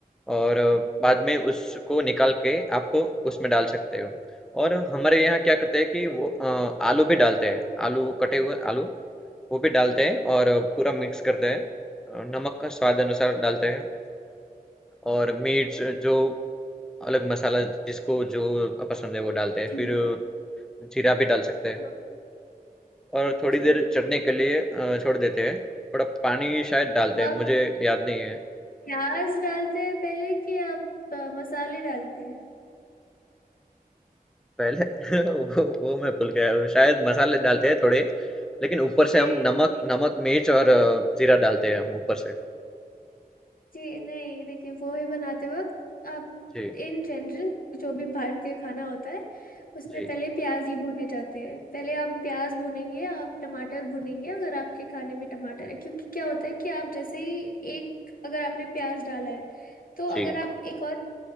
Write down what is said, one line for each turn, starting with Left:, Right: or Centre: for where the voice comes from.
Centre: और अ, बाद में उसको निकाल के आप उसमें डाल सकते हो। और हमारे यहाँ क्या करते हैं कि वो अ, आलू भी डालते हैं, आलू कटे हुए आलू वो भी डालते हैं और पूरा मिक्स करते हैं। अ, नमक का स्वाद अनुसार डालते हैं और मिर्च जो अलग मसाला जिसको जो पसंद है वो डालते हैं
Left: जी
Centre: फिर
Left: जी,
Centre: जीरा भी डाल सकते हैं
Left: हाँ
Centre: और थोड़ी
Left: जी
Centre: देर चटने के लिए अ, छोड़ देते हैं थोड़ा पानी शायद डालते
Left: आप
Centre: हैं मुझे याद नहीं है
Left: प्याज डालते हैं पहले कि आप अ, मसाले डालते हैं
Centre: पहले <laughs> वो, वो मैं भूल गया शायद मसाले डालते हैं थोड़े लेकिन ऊपर
Left: नहीं
Centre: से हम नमक नमक मिर्च और अ, जीरा डालते हैं हम ऊपर से
Left: जी नहीं देखिए पोहे बनाते वक्त आप
Centre: जी
Left: इन जनरल जो भी भारतीय खाना होता है उसमें
Centre: जी
Left: पहले प्याज ही भुने जाते हैं पहले आप प्याज भुनेंगे आप टमाटर भुनेंगे अगर आपके खाने में टमाटर है क्योंकि क्या होता है कि आप जैसे ही एक अगर आपने प्याज डाला है तो
Centre: जी
Left: अगर आप एक और